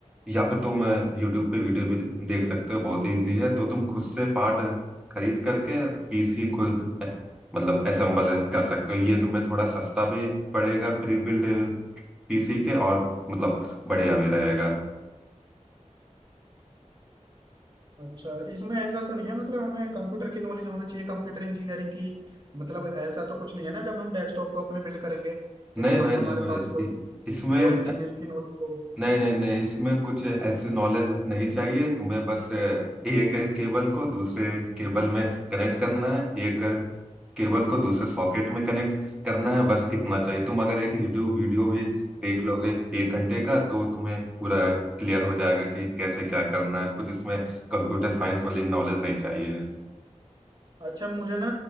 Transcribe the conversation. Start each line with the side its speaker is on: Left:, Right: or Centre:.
Centre: या फिर तुम यूट्यूब पे वीडियो भी देख सकते हो बहुत इजी है तो तुम खुद से पार्ट खरीद करके पीसी खुद मतलब असेंबल कर सकते हो ये तुम्हें थोड़ा सस्ता भी पड़ेगा प्री बिल्ड पीसी के और मतलब बढ़िया भी रहेगा
Right: अच्छा इसमें ऐसा तो नहीं है मतलब हमें कंप्यूटर की नॉलेज होना चाहिए कंप्यूटर इंजीनियरिंग की मतलब ऐसा तो कुछ नहीं है ना जब हम डेस्कटॉप को अपने बिल्ड करेंगे क्योंकि
Centre: नहीं भाई
Right: भाई हमारे
Centre: नहीं भाई
Right: पास कोई
Centre: इसमें
Right: कोर इंजीनियरिंग की नॉलेज हो
Centre: नहीं नहीं नहीं इसमें कुछ ऐसी नॉलेज नहीं चाहिए तुम्हें बस अ, एक केबल को दूसरे केबल में कनेक्ट करना है एक केबल को दूसरे सॉकेट में कनेक्ट करना है बस इतना चाहिए तुम अगर एक यूट्यूब वीडियो भी देख लोगे एक घंटे का तो तुम्हें पूरा क्लियर हो जाएगा कि कैसे क्या करना है कुछ इसमें कंप्यूटर साइंस वाली नॉलेज नहीं चाहिए
Right: अच्छा मुझे ना